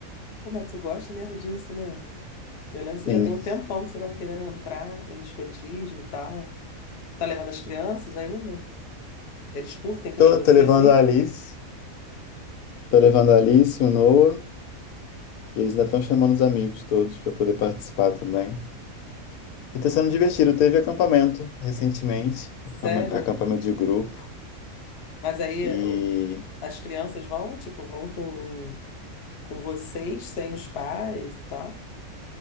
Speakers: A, on the left (about 50°); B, on the left (about 80°).
A: Pô, mas tu gosta mesmo disso, né? Eu lembro
B: Sim,
A: que já tem um tempão que você tava querendo entrar em escotismo e tal. Tá levando as crianças ainda? Eles curtem que
B: tô,
A: nem você,
B: tô levando
A: assim?
B: a Alice, tô levando a Alice, o Noah, e eles ainda estão chamando os amigos todos para poder participar também. E tá sendo divertido. Teve acampamento recentemente,
A: Sério?
B: acampa- acampamento de grupo,
A: Mas aí
B: e
A: o- as crianças vão, tipo, vão com, com vocês, sem os pais e tal?